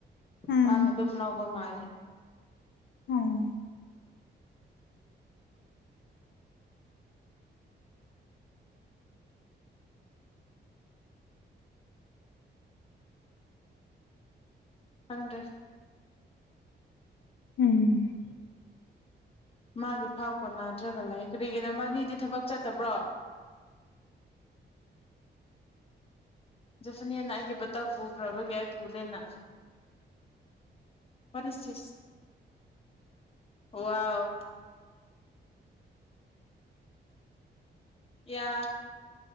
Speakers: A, on the left; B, on the left.
A: ꯎꯝ
B: ꯃꯥꯅ ꯑꯗꯨꯝ ꯂꯧꯕ ꯃꯥꯜꯂꯦ
A: ꯎꯝ
B: ꯈꯪꯗꯔꯦ
A: ꯎꯝ
B: ꯃꯥꯒꯤ ꯐꯥꯎ ꯀꯣꯟꯅꯥꯗ꯭ꯔꯒ ꯂꯩ ꯀꯔꯤꯒꯤꯗꯕ ꯃꯤꯗꯤ ꯊꯕꯛ ꯆꯠꯇꯕ꯭ꯔꯣ ꯖꯐꯤꯅꯤꯅ ꯑꯩꯒꯤ ꯕꯥꯇꯥꯎ ꯄꯨꯈ꯭ꯔꯕꯒꯤ ꯑꯩ ꯄꯨꯗꯦꯅ ꯋꯥꯠ ꯏꯁ ꯗꯤꯁ ꯋꯥꯎ ꯌꯥ